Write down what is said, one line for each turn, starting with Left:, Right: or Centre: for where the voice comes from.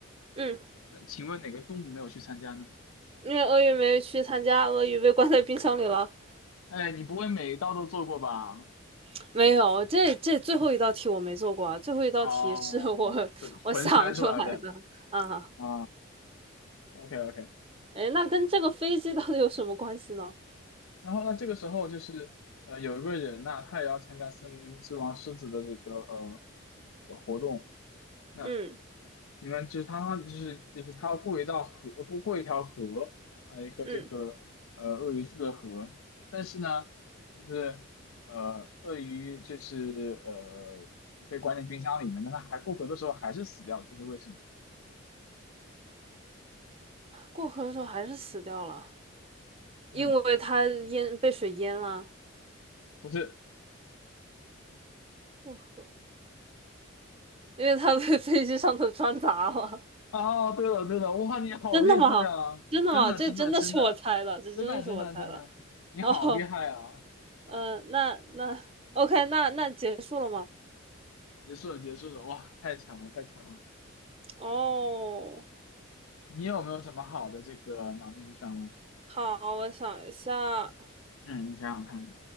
Right: 嗯，
Left: 那请问哪个动物没有去参加呢？
Right: 因为鳄鱼没去参加，鳄鱼被关在冰箱里了。
Left: 哎，你不会每一道都做过吧？
Right: <laughs> 没有，这这最后一道题我没做过啊，最后一道题是我
Left: 哦，
Right: <laughs>
Left: 纯纯猜出来的
Right: 我想出来的啊。
Left: 啊。OK OK。
Right: 哎，那跟这个飞机到底有什么关系呢？
Left: 然后呢，这个时候就是呃，有一个人呐、他也要参加森林之王狮子的这个呃呃活动。那
Right: 嗯
Left: 景就是他，就是就是他要过一道河，呃过过一条河啊，一个这个呃鳄鱼住的河，
Right: 嗯，
Left: 但是呢，就是呃鳄鱼就是呃被关进冰箱里面，但他还过河的时候还是死掉了，这是为什么？
Right: 过河的时候还是死掉了，
Left: 嗯，
Right: 因为它淹被水淹了。
Left: 不是。
Right: 过河，因为他被 <laughs> 飞机上头穿砸了。
Left: 啊。对了对了，哇，
Right: <laughs>
Left: 你好厉害啊！
Right: 真的吗？真的吗？
Left: 真的真的真的
Right: 这真的是我猜的，这真的是我猜的。
Left: 真的真的真的，你好厉害啊！
Right: 哦，嗯、呃那那 OK，那那结束了吗？
Left: 结束了结束了，哇，太强了太强了！
Right: 哦，
Left: 你有没有什么好的这个脑筋急转弯？
Right: 好，我想一下，
Left: 嗯，你想想看。